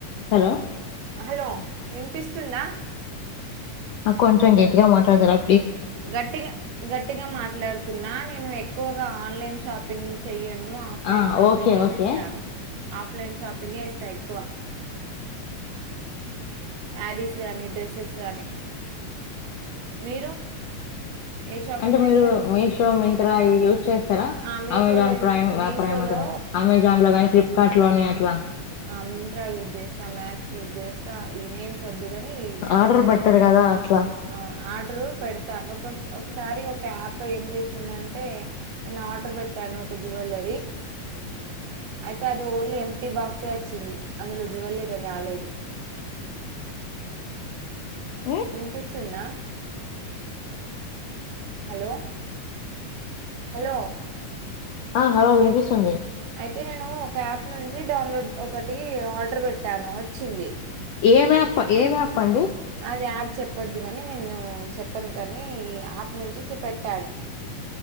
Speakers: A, on the left; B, on the right.
A: హలో
B: హలో వినిపిస్తుందా.
A: కొంచెం గట్టిగా మాట్లాడగలరా
B: గట్టిగా గట్టిగా మాట్లాడుతున్నా నేను ఎక్కువగా ఆన్లైన్ షాపింగ్ చేయ నేను ఆఫ్లైన్
A: ఆ
B: షాపింగ్
A: ఓకే
B: ఏ
A: ఓకే
B: చేస్తాను. ఆఫ్లైన్ షాపింగే ఎ చేస్తా ఎక్కువ శారీస్ గాని డ్రెస్సెస్ గానీ మీరు ఏ షాపింగ్
A: అంటే మీరు
B: చేస్తారు
A: మీషో మింత్రా ఇవి యూజ్ చేస్తారా
B: ఆ మీషోలో
A: అమెజాన్
B: యు
A: ప్రైమ్
B: మీషోలో
A: ప్రైమ్ అంటున్నా అమెజాన్ లో గాని ఫ్లిప్ కార్ట్ లోని అట్లా
B: ఆ మింత్రా యూజ్ చేస్తా మ్యాక్స్ <unintelligible> యూజ్ చేస్తా ఈ నేమ్స్ వద్దు కాని యాప్స్
A: ఆర్డర్
B: అని
A: పెడతారు కదా అట్లా
B: ఆ ఆర్డరు పెడతాను ఒకస్ ఒకసారి ఒక యాప్ ఏం చేసిందంటే నేను ఆర్డర్ పెట్టాను. జ్యువలరీ అయితే అది ఓన్లీ ఎంప్టీ బాక్స్ ఎ వచ్చింది అందులో జువెల్లరీ రాలేదు.
A: హ్మ్
B: వినిపిస్తుందా. హలో హలో
A: ఆ హలో వినిపిస్తుంది.
B: అయితే నేను ఒక యాప్ నుంచి డౌన్లోడ్ ఒకటి ఆర్డర్ పెట్టాను వచ్చింది.
A: ఎం యాప్ ఏం యాప్ అండి
B: అదే యాప్ చెప్ ప్పొద్దు గాని నేను చెప్పను కానీ ఈ ఆయాప్ నుంచిపట్టాను